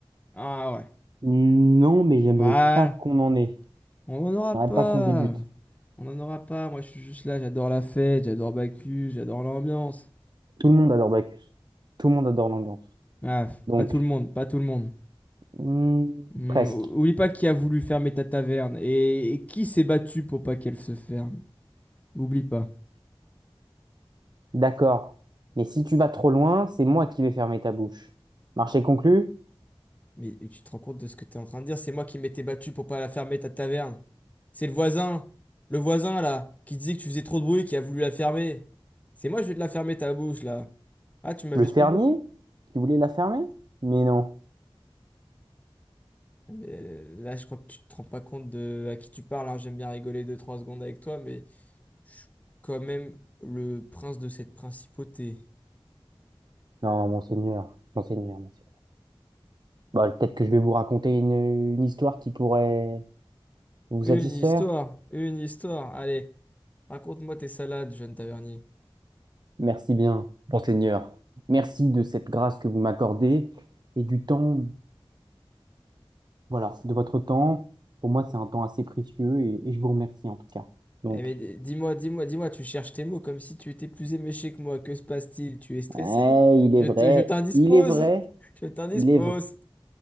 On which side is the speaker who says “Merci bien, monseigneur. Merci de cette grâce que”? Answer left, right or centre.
Right